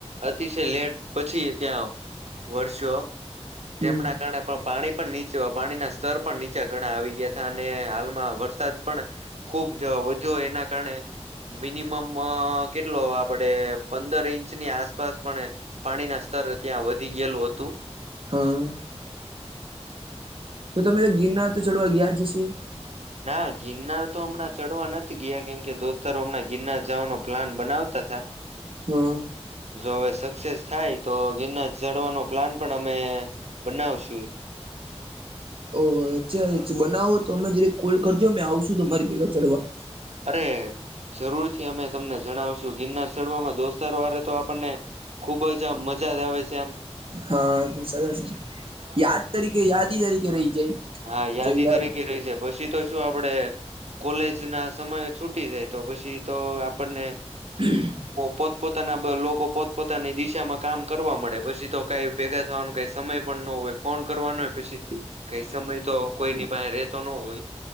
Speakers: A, on the right; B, on the right.
A: અતિશય લેટ પછી ત્યાં વરસ્યો
B: હમ
A: તેમના પણ પાણી પણ નીચે પાણીના સ્તર પણ નીચા ઘણા આવી ગયા હતા અને હાલમાં વરસાદ પણ, ખુબ વધુ એના કારણે, મિનિમમ કેટલો આપડે પંદર ઇંચની આસપાસ પણ પાણીના સ્તર ત્યાં વધી ગયેલું હતું.
B: હા. તો તમે તો ગિરનાર તો ચડવા ગયા જશે?
A: ના ગિરનાર તો હમણાં ચડવા નથી ગયા કેમ કે દોસ્તારો હમણા ગિરનાર જવાનો પ્લાન બનાવતા થા
B: હમ.
A: જો હવે સક્સેસ થાય તો ગિરનાર ચડવાનો પ્લાન પણ અમે બનાવશું.
B: ઓ અચ્છા બનાવો તો અમે જ કોલ કરજો મેં આવશું તમારી પેગા ચડવા.
A: અરે જરૂરથી અમે તમને જણાવશું ગિરનાર ચડવા માં દોસ્તાર વારે તો આપણને. ખુબ જ આમ મજા જ આવે છે એમ.
B: હા સરસ યાદ તરીકે યાદી તરીકે રહી જાય.
A: હા યાદી
B: જઈલા
A: તરીકે રહી છે પછી તો શું આપડે કોલેજ ના સમય છૂટી જાય તો પછી તો આપણને.
B: હમ.
A: પોતપોતાના લોકો પોતપોતાની દિશામાં કામ કરવા મળે પછી તો કાંઈ ભેગા થવાનો કઈ સમય પણ ન હોય ફોન કરવાનો હોય પછી કઈ સમય તો કોઈ ની પાસે રેતો ન હોય.